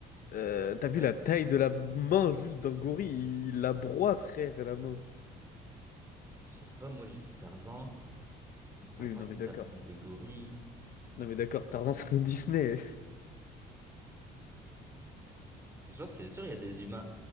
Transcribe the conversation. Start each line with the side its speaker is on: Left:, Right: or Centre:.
Left: Euh, t'as vu
Right: Ouais.
Left: la taille de la main juste d'un gorille? Il la broie, frère, la main.
Right: Je sais pas, moi, j'ai vu Tarzan. Tarzan,
Left: Oui, non,
Right: il
Left: mais
Right: se
Left: d'accord.
Right: tape contre des gorilles.
Left: Non, mais d'accord, Tarzan, c'est un Disney.
Right: Et genre, c'est sûr, il y a des humains